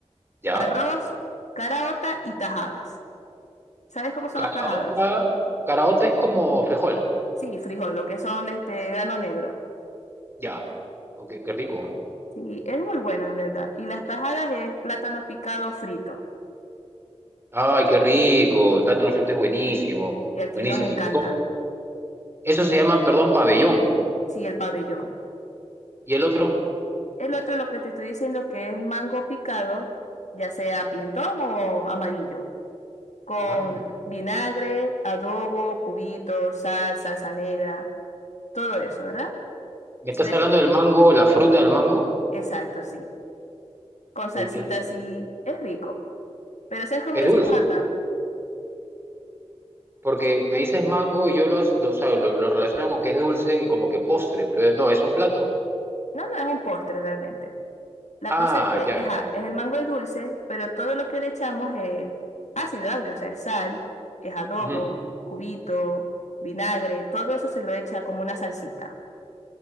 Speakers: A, on the right; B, on the left.
A: ya.
B: arroz, caraota y tajadas. ¿Sabes cómo son
A: Caraota,
B: las tajadas?
A: caraota es como frijol.
B: Sí, frijol, lo que son este grano negro.
A: Ya. Ok, qué rico.
B: Sí, es muy bueno, en verdad. Y las tajadas es plátano picado frito.
A: Ay, qué rico. El plátano frito es buenísimo.
B: Y aquí
A: Buenísimo.
B: nos encanta.
A: ¿Cómo? Eso se llama, perdón, pabellón.
B: Sí, el pabellón.
A: ¿Y el otro?
B: El otro, lo que te estoy diciendo, que es mango picado, ya sea pintón o amarillo, con
A: Mango.
B: vinagre, adobo, cubitos, sal, salsa negra, todo eso, ¿verdad?
A: ¿Me
B: Se
A: estás
B: le
A: hablando
B: echa-
A: del mango, la fruta del mango?
B: Exacto, sí. Con salsita
A: Oye, qué rico.
B: así, es rico. Pero ¿sabes cómo
A: Es
B: le
A: dulce.
B: decimos acá?
A: Porque me dices mango y yo lo, as- lo, o sea, lo- lo relaciono con que es dulce y como que postre, pero no, es un plato.
B: No, no, es un postre realmente. La
A: Ah,
B: cosa es
A: ya.
B: que, ajá, es el mango es dulce, pero todo lo que le echamos es ácido agrio, o sea, es sal, es adobo,
A: Ujú.
B: cubito, vinagre, todo eso se lo echa como una salsita.